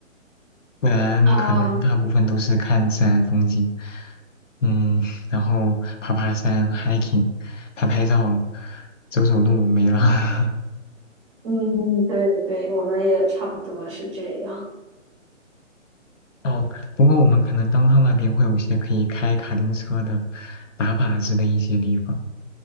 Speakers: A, on the left; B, on the right.
A: 不然你可能大部分都是看自然风景，
B: <laughs> 啊。
A: 嗯，然后爬爬山、hiking、拍拍照、走走路，没了。
B: 嗯，对对对，我们也差不多是这样。
A: <laughs> 哦，不过我们可能当趟那边会有一些可以开卡丁车的、打靶子的一些地方，